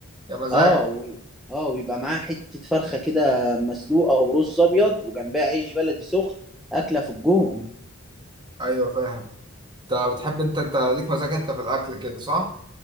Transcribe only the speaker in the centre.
اه و... اه ويبقى معاها حتة فرخة كده مسلوقة ورز أبيض وجنبها عيش بلدي سخن أكلة في الجون